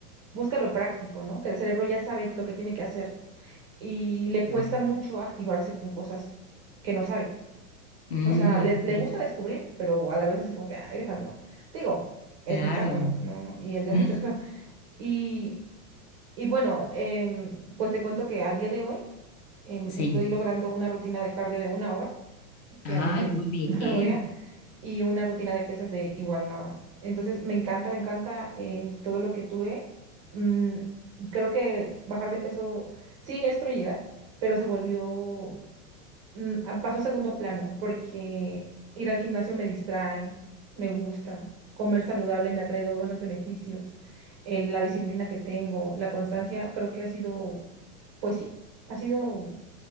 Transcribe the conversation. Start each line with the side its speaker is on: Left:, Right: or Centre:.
Right: busca lo práctico, ¿no? Que el cerebro ya sabe lo que tiene que hacer y le
Left: claro.
Right: cuesta mucho activarse con cosas que no sabe.
Left: Mm,
Right: O sea, le,
Left: ok,
Right: le gusta descubrir, pero a la vez así como que, ay, déjalo, ¿no? Digo, es
Left: claro,
Right: mi caso, ¿no? No, no, y el de
Left: Mm,
Right: muchos creo. Y, y bueno, em, pues te cuento que al día de hoy em,
Left: sí,
Right: estoy logrando una rutina de cardio de una hora, que
Left: ay,
Right: antes
Left: muy bien.
Right: <laughs> no me movía, y una rutina de pesas de igual una hora. Entonces, me encanta, me encanta eh, todo lo que tuve. Mm, creo que bajar de peso sí es prioridad, pero se volvió, mm, a- pasó a segundo plano, porque ir al gimnasio me distrae, me gusta, comer saludable me ha traído buenos beneficios. eh, La disciplina que tengo, la constancia, creo que ha sido pues sí, ha sido